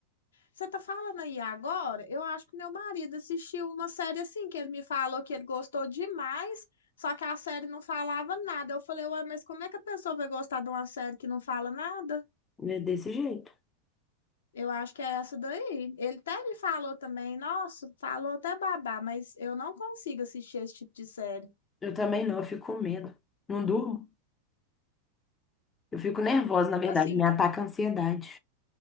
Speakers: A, on the left; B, on the left.
A: Você tá falando aí agora? Eu acho que meu marido assistiu uma série assim, que ele me falou que ele gostou demais, só que a série não falava nada. Eu falei, ué, mas como é que a pessoa vai gostar de uma série que não fala nada?
B: É desse jeito.
A: Eu acho que é essa daí. Ele até me falou também, nossa, falou até babá, mas eu não consigo assistir esse tipo de série.
B: Eu também não, eu fico com medo. Não durmo. Eu fico nervosa, na
A: Tipo
B: verdade,
A: Assim,
B: me ataca a ansiedade.